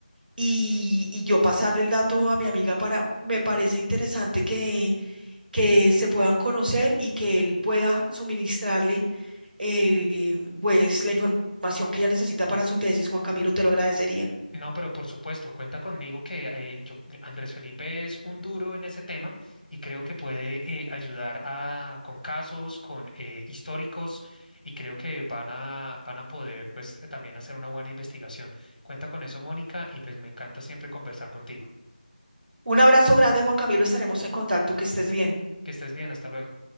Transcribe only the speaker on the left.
No, pero por supuesto, cuenta conmigo que eh, yo, yo- Andrés Felipe es un duro en ese tema y creo que puede eh, ayudar a, con casos, con eh, históricos y creo que van a, van a poder pues eh, también hacer una buena investigación. Cuenta con eso, Mónica, y pues me encanta siempre conversar contigo.
Que estés bien, hasta luego.